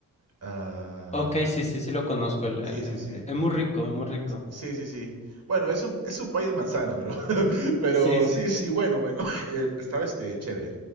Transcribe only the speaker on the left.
Ok, sí, sí, sí lo conozco. el-
el-
es,
es muy rico, es muy rico.
Sí, sí.